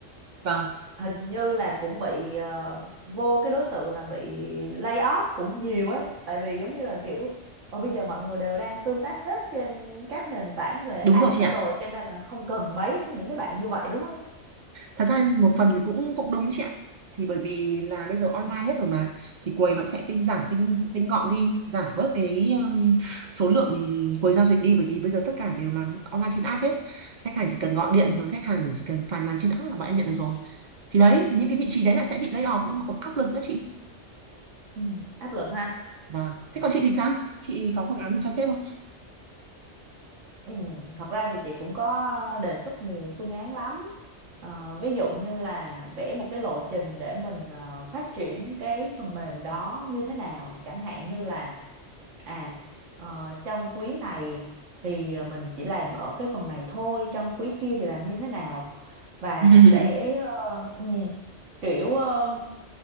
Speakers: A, on the right; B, on the right.
A: vâng
B: hình như là cũng bị ờ, vô cái đối tượng là bị lay off cũng nhiều ấy tại vì giống như là kiểu ở bây giờ mọi người đều đang tương tác hết trên các nền tảng về
A: đúng
B: app
A: rồi chị
B: hết
A: ạ
B: rồi cho nên là không cần mấy cái những cái bạn như vậy đúng không
A: thật ra một phần thì cũng cũng đúng chị ạ thì bởi vì là bây giờ online hết rồi mà thì quầy nó cũng sẽ tinh giản tinh tinh gọn đi giảm bớt cái um, số lượng quầy giao dịch đi bởi vì bây giờ tất cả đều làm online trên app hết khách hàng chỉ cần gọi điện hoặc khách hàng chỉ cần phàn nàn trên app là bạn em nhận được rồi thì đấy những cái vị trí đấy là sẽ bị lay off nhưng mà cũng áp lực nữa chị
B: ừ, áp lực ha
A: vâng thế
B: Ừ.
A: còn chị thì sao chị có phương án gì cho sếp không
B: Ừ, thật ra thì chị cũng có đề xuất nhiều phương án lắm. Ờ, ví dụ như là vẽ một cái lộ trình để mình ờ, phát triển cái phần mềm đó như thế nào. Chẳng hạn như là à ờ, trong quý này thì mình chỉ làm ở cái phần này thôi, trong quý kia thì làm như thế nào và
A: <laughs>
B: sẽ ờ, ừ, kiểu ờ,